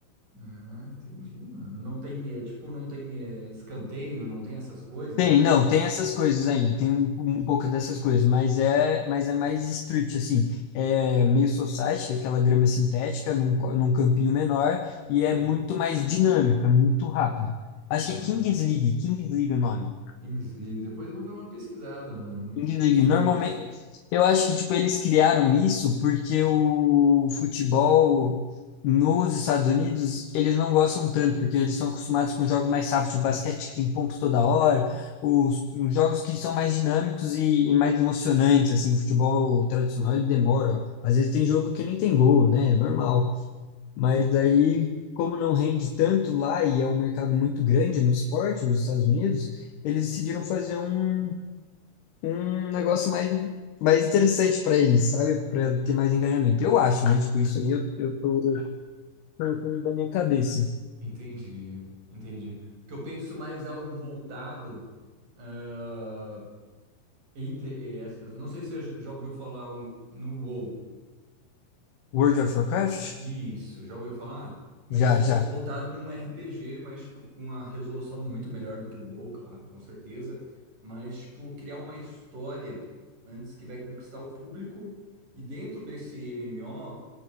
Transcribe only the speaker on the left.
Tem,
não, tem essas coisas ainda, tem um, um pouco dessas coisas, mas é, mas é mais street, assim. É meio society, que é aquela grama sintética num, co- num campinho menor, e
é muito mais dinâmica, muito rápido. Acho
que é Kings League, Kings League é o nome.
Indeed,
Normalmente, eu acho que tipo eles criaram isso porque o futebol nos Estados Unidos eles não gostam tanto porque eles estão acostumados com jogos mais rápidos, o basquete que tem ponto toda hora, os, os jogos que são mais dinâmicos e, e mais emocionantes assim. O futebol tradicional ele demora, às vezes tem jogo que nem tem gol, né? É normal. Mas aí como não rende tanto lá e é um mercado muito grande no esporte, os Estados Unidos eles decidiram fazer um um negócio mais, mais interessante para eles, sabe? Para ter mais engajamento. Eu acho, mas tipo, isso aí eu, eu tô colocando da minha cabeça.
World of Warcraft?
Já,
já.